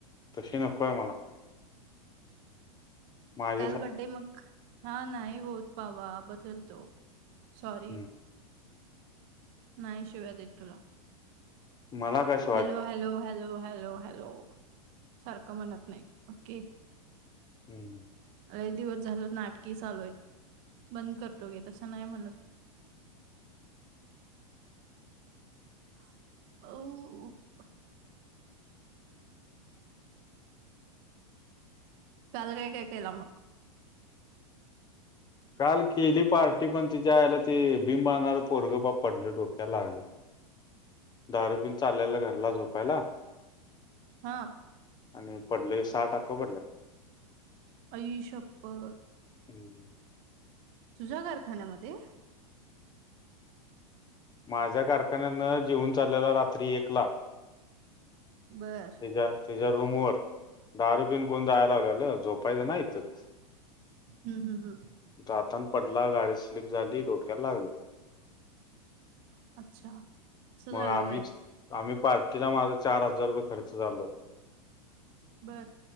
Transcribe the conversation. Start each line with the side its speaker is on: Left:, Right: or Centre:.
Left: तशी नकोय मला. माझ्यासाठी
Right: काल बड्डे मग हा नाही होत पावा बदलतो सॉरी
Left: हम्म.
Right: नाही शिव्यात तुला
Left: मला कसे?
Right: Hello hello hello hello hello सारखं म्हणत नाही ओके.
Left: हम्म.
Right: अ एक दिवस झाल नाटकी चालू आहेत बंद करतो गे तसं नाही म्हणत. <unintelligible> काल काय काकला मग
Left: काल केली पार्टी पण तिच्या आयला ते भिमबणार पोरगं बा पडले डोक्याला लागले
Right: <inaudible>
Left: दारू पिन चाललेला घरला झोपायला
Right: हा
Left: आणि पडलं सात अक्क भरलंय
Right: अईश्यपप
Left: हम्म
Right: तुजा कारखान्यामध्ये
Left: माझ्या कारखान्यानं जेऊन चाललेला रात्री एकला
Right: बरं
Left: तच्या्या रूम वर दारू पिन कोण जायला लालेलं झोपायचं नाही इथच
Right: हम्म हम् हम्म
Left: दातान पडला गाडी स्लीप झाली डोक्याला लागले
Right: अच्छा. असं
Left: मग
Right: झालं
Left: आम्ही
Right: व्हय.
Left: आम्ही पार्टीला माझा चार हजार रुपये खर्च झालं
Right: बरं